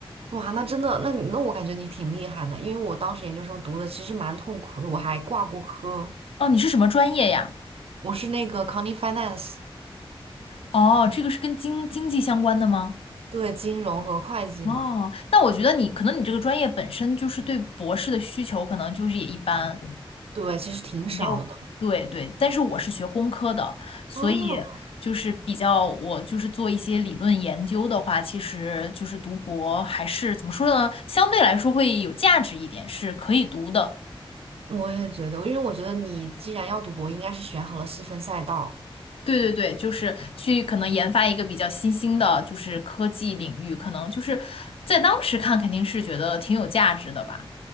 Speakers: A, on the right (about 80°); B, on the left (about 70°).
A: 哇，那真的，那你那我感觉你挺厉害的，因为我当时研究生读的其实蛮痛苦的，我还挂过科。
B: 哦，你是什么专业呀？
A: 我是那个 c o u n t y Finance，
B: 哦，这个是跟经经济相关的吗？
A: 对，金融和会计嘛，
B: 哦，那我觉得你可能你这个专业本身就是对博士的需求可能就是也一般。
A: 对，其实挺少的。
B: 没有，对对，但是我是学工科的，所以就是比较，
A: 哦，
B: 我就是做一些理论研究的话，其实就是读博还是怎么说呢，相对来说会有价值一点，是可以读的。
A: 我也觉得，因为我觉得你既然要读博，应该是选好了细分赛道。
B: 对对对，就是去可能研发一个比较新兴的，就是科技领域，可能就是在当时看肯定是觉得挺有价值的吧。